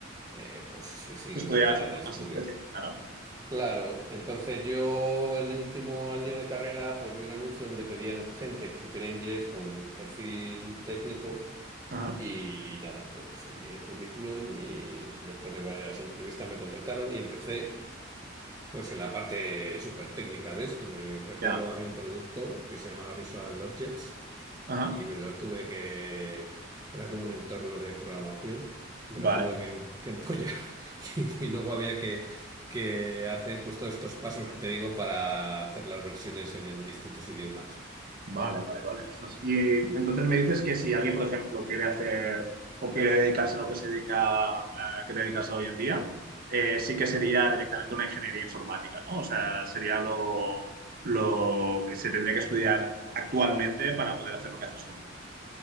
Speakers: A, on the right; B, on the right.
A: eh, pues se sigue
B: Estudiar
A: otra vía
B: de forma
A: de estudios.
B: más específica, ¿no?
A: Claro, entonces yo en el último año de carrera pues vi un anuncio donde pedían gente que supiera inglés con un perfil técnico
B: Ajá,
A: y nada, pues envié el currículum y después de varias entrevistas me contrataron y empecé pues en la parte súper técnica de esto. Me recuerdo
B: ya.
A: había un producto que se llamaba Visual Objects
B: Ajá,
A: y me lo tuve que, era como un entorno de programación, me
B: vale.
A: lo tuve que, em- que empollar <laughs> y, luego había que, que hacer pues todos estos pasos que te digo para hacer las versiones en, en distintos idiomas.
B: Vale, vale, vale. Ostras, Y eh, entonces me dices que si alguien, por ejemplo, quiere hacer o quiere dedicarse a lo que se dedica, eh, que te dedicas hoy en día, eh, sí que sería directamente una ingeniería informática, ¿no? O sea, sería lo, lo que se tendría que estudiar actualmente para poder hacer lo que haces tú.